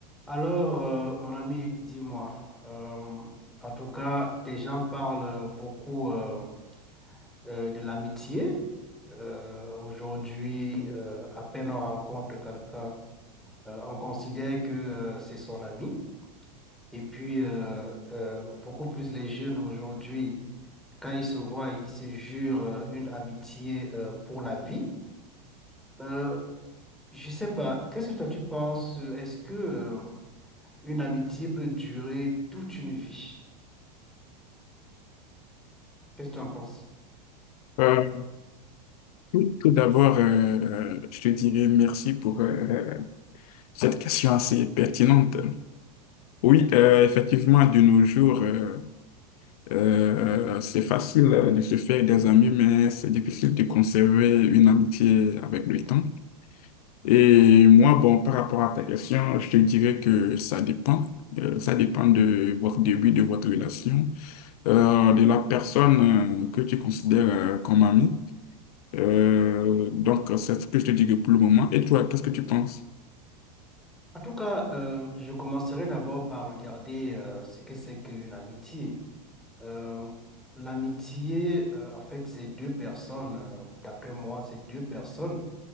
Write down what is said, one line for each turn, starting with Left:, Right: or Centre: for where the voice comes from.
Centre: Alors, euh, mon ami, dis-moi, euh, en tout cas, les gens parlent beaucoup euh, euh, de l'amitié. Euh, aujourd'hui, euh, à peine on rencontre quelqu'un, euh, on considère que euh, c'est son ami. Et puis, euh, euh, beaucoup plus les jeunes aujourd'hui, quand ils se voient, ils se jurent euh, une amitié euh, pour la vie. Euh, je sais pas, qu'est-ce que toi tu penses? Est-ce que euh, une amitié peut durer toute une vie? Qu'est-ce que tu en penses?
Left: Euh, tout, tout d'abord, euh, je te dirais merci pour euh, cette question assez pertinente. Oui, euh, effectivement, de nos jours, euh, euh, c'est facile euh, de se faire des amis, mais c'est difficile de conserver une amitié avec le temps. Et moi, bon, par rapport à ta question, je te dirais que ça dépend. Euh, ça dépend de votre début, de votre relation, euh, de la personne euh, que tu considères euh, comme amie. Euh, donc, c'est ce que je te dirais pour le moment. Et toi, qu'est-ce que tu penses?
Centre: En tout cas, euh, je commencerai d'abord par regarder euh, ce que c'est que l'amitié. Euh, l'amitié, euh, en fait, c'est deux personnes, euh, d'après moi, c'est deux personnes